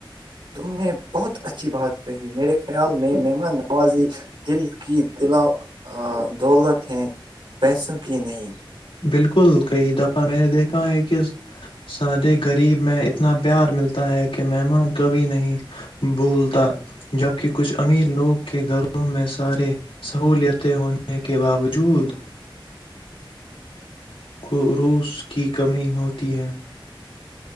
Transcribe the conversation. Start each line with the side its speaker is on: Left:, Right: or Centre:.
Right: تم نے بہت اچھی بات کہی میرے خیال میں ممان نوازی دل کی دلا دولت ہیں پیسوں کی نہیں
Left: بالکل بالکل کئی دفعہ میں نے دیکھا ہے کہ سادے غریب میں اتنا پیار ملتا ہے کہ مہمان کبھی نہیں بولتا جبکہ کچھ امیر لوگ کے گھر گھروں میں سارے سہولتیں ہونے کے باوجود <unintelligible> ھوس کی کمی ہو تی ہیں